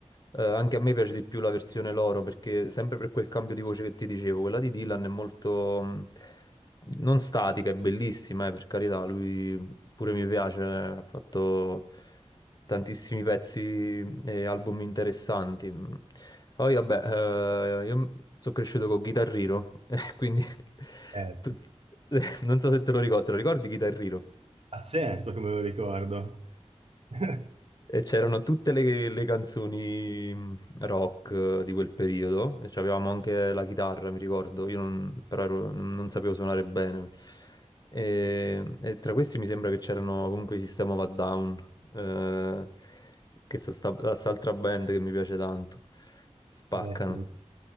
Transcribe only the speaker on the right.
Eh,
ma certo che me lo ricordo. <laughs>
Eh sì.